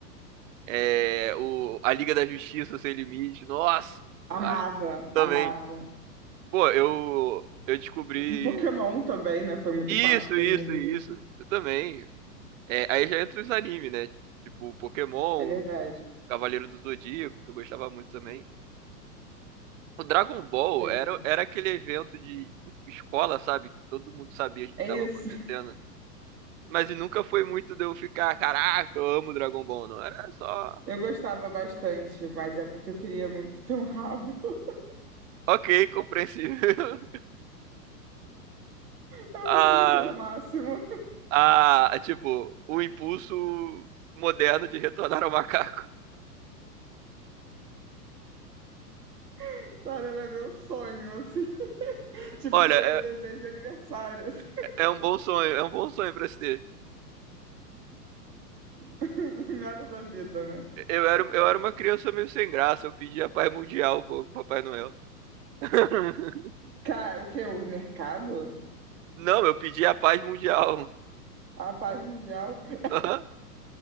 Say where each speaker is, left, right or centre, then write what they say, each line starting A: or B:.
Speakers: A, on the right; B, on the right.
A: É, o, a Liga da Justiça Sem Limite. Nossa! Senhora,
B: Amava,
A: Também.
B: amava.
A: Pô, eu, eu descobri.
B: Pokémon também, né? Foi muito
A: Isso,
B: parte da
A: isso,
B: minha vida.
A: isso. Eu também. É, aí já entra os animes, né? Tipo, Pokémon,
B: É verdade.
A: Cavaleiro do Zodíaco, que eu gostava muito também. O Dragon Ball
B: Tem.
A: era, era aquele evento de, de escola, sabe? Que todo mundo sabia o que
B: É
A: estava
B: isso.
A: acontecendo.
B: <laughs>
A: Mas e nunca foi muito de eu ficar, caraca, eu amo Dragon Ball, não. Era só,
B: Eu gostava bastante, mas é porque eu queria muito ter um rabo. <laughs>
A: ok, compreensível. <laughs>
B: Eu
A: Ah,
B: achava aquilo o máximo.
A: ah, tipo, o impulso moderno de retornar ao macaco.
B: <laughs> Cara, era meu sonho, assim. <laughs> Tipo,
A: Olha,
B: foi
A: é,
B: meu desejo de aniversário, assim.
A: é um bom sonho, é um bom sonho pra se ter.
B: <laughs> Nada da vida, né?
A: Eu era, eu era uma criança meio sem graça, eu pedia a paz mundial pro Papai Noel. <laughs>
B: Cara, o que? O mercado?
A: Não, eu pedia a paz mundial. <laughs>
B: A paz mundial? <laughs>
A: Aham.